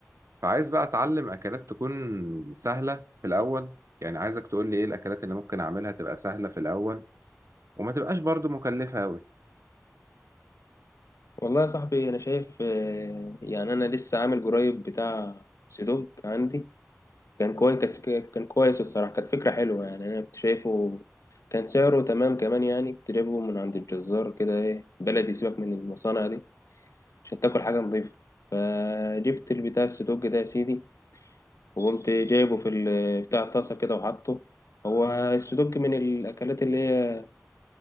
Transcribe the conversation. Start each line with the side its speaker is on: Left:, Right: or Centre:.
Right: فعايز بقى أتعلم أكلات تكون سهلة في الأول يعني عايزك تقول لي إيه الأكلات اللي ممكن أعملها تبقى سهلة في الأول وما تبقاش برضو مكلفة أوي
Left: والله يا صاحبي انا شايف آه، يعني انا لسه عامل قريب بتاع سيدوك عندي كان كويس كان كويس الصراحه كانت فكره حلوه يعني انا كنت شايفه كان سعره تمام كمان يعني تجيبه من عند الجزار كده ايه بلدي سيبك من المصانع دي عشان تاكل حاجه نظيفه فجبت البتاع السيدوك ده يا سيدي وقمت جايبه في ال- بتاع الطاسه كده وحطه هو السيدوك من الاكلات اللي هي